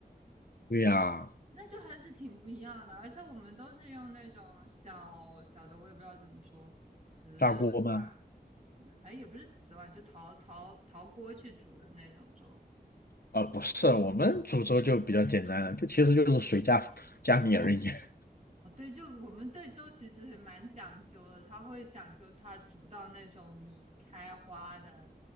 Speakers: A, on the left (about 65°); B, on the right (about 40°).
A: 对呀，
B: 那。那就还是挺不一样的，而且我们都是用那种小小的，我也不知道怎么说，瓷碗，
A: 砂锅吗？
B: 哎，也不是瓷碗，就陶陶陶锅去煮的那种粥。
A: 啊，不是，我们煮粥就比较简单了，就其实就是水加加米而已。<laughs>
B: 哦，对，就我们对粥其实还蛮讲究的，它会讲究它煮到那种米开花的